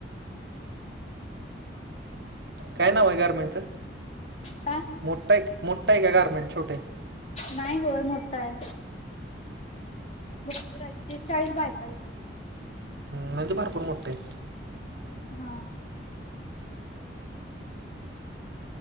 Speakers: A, on the right (about 60°); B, on the left (about 35°).
A: काय नाव आहे गारमेंटचं
B: हां
A: मोठा एक मोठा एक का आहे गारमेट छोटे
B: नाही होय मोठा आहे भरपूर आहे तीस चाळीस बायका
A: म्हे भरपूर मोठे
B: हा